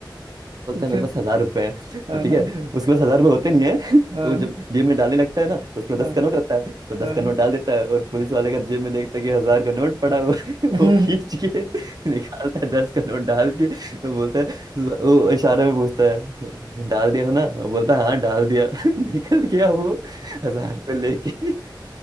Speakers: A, on the right; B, on the right.
A: बोलता
B: तो
A: है मेरे
B: फिर
A: पास हजार रुपए हैं
B: हाँ
A: तो ठीक
B: हाँ
A: है उसके पास हजार रुपए होते नहीं है <laughs>
B: हाँ
A: तो वो जब जेब में डालने लगता है ना तो उसके पास
B: हाँ।
A: दस का नोट होता है तो दस
B: हाँ
A: का नोट डाल देता है और पुलिस वाले का जेब में देखता है कि हजार का नोट पड़ा हुआ है <laughs> वो
B: हाँ।
A: खींच के <laughs> निकालता है दस का नोट डाल के वो बोलता है वो इशारे में पूछता है डाल दिया है ना वो बोलता है हाँ डाल दिया <laughs> निकल गया वो हजार रुपये लेके <laughs>